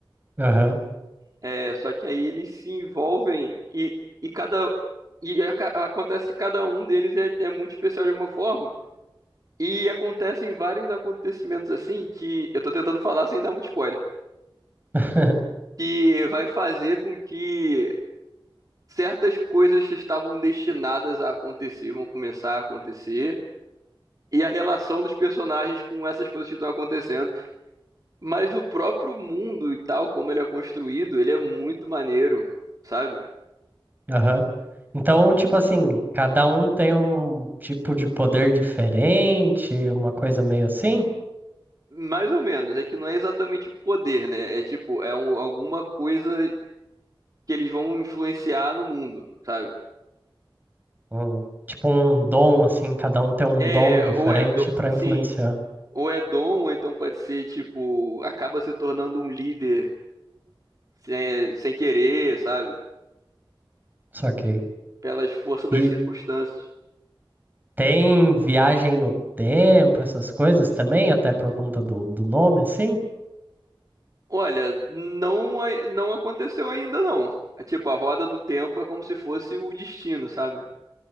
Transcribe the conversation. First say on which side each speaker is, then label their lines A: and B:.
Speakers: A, on the right; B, on the right.
A: Aham,
B: É, só que aí eles se envolvem e, e cada e aca- acontece que cada um deles é, é muito especial de alguma forma. E acontecem vários acontecimentos assim que eu tô tentando falar sem dar muito spoiler,
A: <laughs>
B: que vai fazer com que certas coisas que estavam destinadas a acontecer vão começar a acontecer e a relação dos personagens com essas coisas que estão acontecendo. Mas o próprio mundo e tal, como ele é construído, ele é muito maneiro, sabe?
A: aham. Então, tipo assim, cada um tem um tipo de poder diferente, uma coisa meio assim?
B: Mais ou menos, é que não é exatamente poder, né? É tipo, é um- alguma coisa que eles vão influenciar no mundo, sabe?
A: um, tipo um dom, assim, cada um tem um
B: É,
A: dom diferente
B: ou é dom,
A: para
B: sim,
A: influenciar.
B: ou é dom, ou então pode ser, tipo, acaba se tornando um líder sem, sem querer, sabe?
A: Saquei.
B: Pelas forças das
A: E
B: circunstâncias.
A: tem viagem no tempo, essas coisas também, até por conta do, do nome, assim?
B: Olha, não, a- não aconteceu ainda não. É Tipo, a roda do tempo é como se fosse o destino, sabe?